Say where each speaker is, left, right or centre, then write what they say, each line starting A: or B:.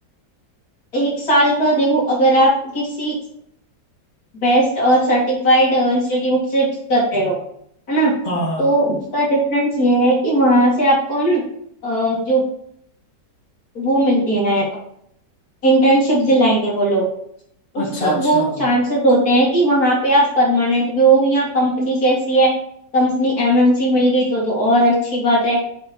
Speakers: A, on the left; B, on the left.
A: एक साल का देखो अगर आप किसी बेस्ट और सर्टिफाइड इंस्टीट्यूट से कर रहे हो है ना
B: हाँ
A: तो उसका डिफरेंस ये है कि वहां से आपको ना अ, जो वो मिलती हैं इंटर्नशिप दिलाएंगे वो लोग उसका
B: अच्छा अच्छा
A: वो चांसेस होते हैं कि वहां पे आप परमानेंट भी हो या कंपनी कैसी है कंपनी एमएनसी मिल गई तो तो और अच्छी बात है